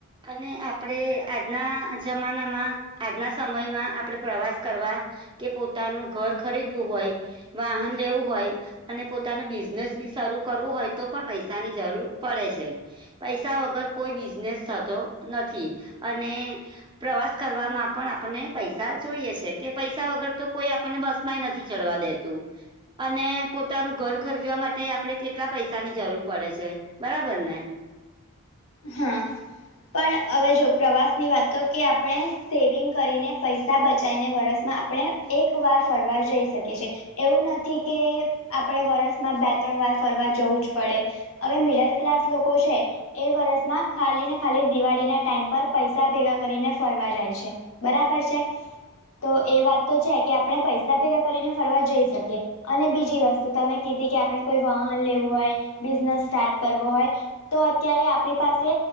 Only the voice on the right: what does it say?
અને આપડે આજના જમાનામાં. આજના સમયમાં આપણે પ્રવાસ કરવા કે, પોતાનું ઘર ખરીદવું હોય. વાહન લેવું હોય. અને બિઝનેસ બી શરૂુ કરવો તો, પણ પૈસાની જરૂર પડે છે. પૈસા વગર કોઈ બિઝનેસ થતો નથી, અને પ્રવાસ કરવામાં પણ આપણને પૈસા જોઈએ છે કે, પૈસા વગર તો કોઈ આપણને બસ નથી ચડવા દેતું. અને પોતાનું ઘર ખરીદવા માટે આપણે કેટલા પૈસાની જરૂર પડે છે. બરાબર ને.